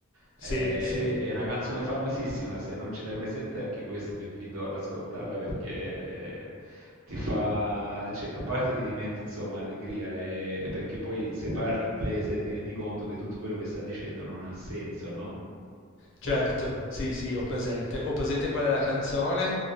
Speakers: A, on the right (about 80°); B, on the left (about 60°).
A: È
B: Sì, sì,
A: è una canzone famosissima, se non ce l'hai presente anche questa ti invito ad ascoltarla perché eh, ti fa, cioè, a parte che ti mette insomma allegria, e e perché poi se parli inglese ti rendi conto che tutto quello che sta dicendo non ha senso, no?
B: certo. Sì, sì, ho presente. Ho presente qual è la canzone